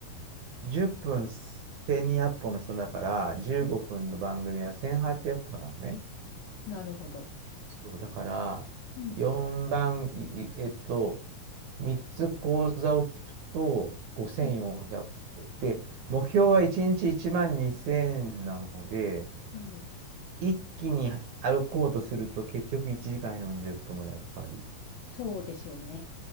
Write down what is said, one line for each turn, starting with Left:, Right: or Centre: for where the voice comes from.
Right: 10分1200歩の人だから、15分の番組は1800歩なのね。
Left: あなるほど。
Right: そう、だから、
Left: うん。
Right: 4番、いいえっと、3つ講座を聞くと、5400歩。
Left: うん。
Right: で、目標は1日1万2000なので、
Left: はい。
Right: 一気に歩こうとすると結局1時間40分ぐらいかかり、
Left: そうですよね。